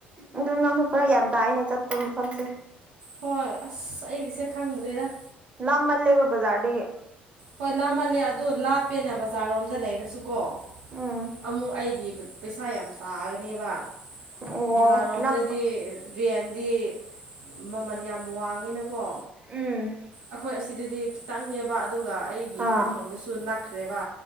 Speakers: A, on the right; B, on the right.
A: ꯑꯗꯨ ꯅꯪꯁꯨ ꯐꯔꯛ ꯌꯥꯝ ꯇꯥꯛꯏꯅꯦ ꯆꯠꯄ ꯃꯐꯝꯁꯦ
B: ꯍꯣꯏ ꯑꯁ ꯑꯩꯒꯤꯁꯦ ꯈꯪꯗ꯭ꯔꯦꯗ
A: ꯅ ꯃꯜꯂꯦꯕꯣ ꯖꯥꯔꯗꯤꯦ
B: ꯍꯣꯏ ꯂꯥꯃꯜꯂꯦ ꯑꯗꯨ ꯂꯥꯞꯄꯦꯅ ꯕꯖꯥꯔ ꯔꯣꯝꯗ ꯂꯩꯔꯁꯨ ꯀꯣ
A: ꯎꯝ
B: ꯑꯃꯨꯛ ꯑꯩꯒꯤ ꯄꯩꯁꯥ ꯌꯥꯝ ꯇꯥꯒꯅꯦꯕ
A: ꯑꯣ
B: ꯕꯖꯥꯔ ꯔꯣꯝꯗꯗꯤ
A: ꯅꯛꯄ
B: ꯔꯦꯟꯗꯤ ꯃꯃꯜ ꯌꯥꯝ ꯋꯥꯡꯉꯤꯅꯀꯣ
A: ꯎꯝ
B: ꯑꯩꯈꯣꯏ ꯑꯁꯤꯗꯗꯤ ꯈꯤꯇꯪꯅꯦꯕ ꯑꯗꯨꯒ ꯑꯩꯒꯤ
A: ꯑꯥ
B: ꯇꯝꯐꯝꯗꯨꯁꯨ ꯅꯛꯈ꯭ꯔꯦꯕ